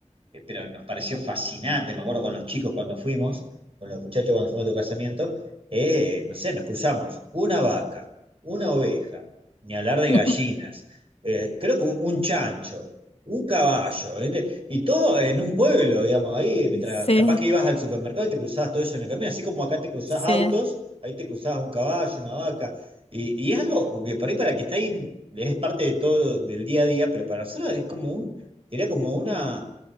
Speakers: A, on the right; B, on the left.
A: eh, pero nos pareció fascinante, me acuerdo con los chicos cuando fuimos, con los muchachos cuando fuimos a tu casamiento, eh, no sé, nos cruzamos una vaca, una oveja, ni hablar de
B: <laughs>
A: gallinas, eh, creo que un, un chancho, un caballo, ¿viste? y todo en un pueblo, digamos, ahí, mientras
B: Sí,
A: capaz que ibas al supermercado y te cruzabas todo eso en el camino, así como acá te cruzás
B: sí.
A: autos, ahí te cruzabas un caballo, una vaca, y, y es algo que por ahí para el que está ahí es parte de todo, del día a día, pero para nosotros es como un, era como una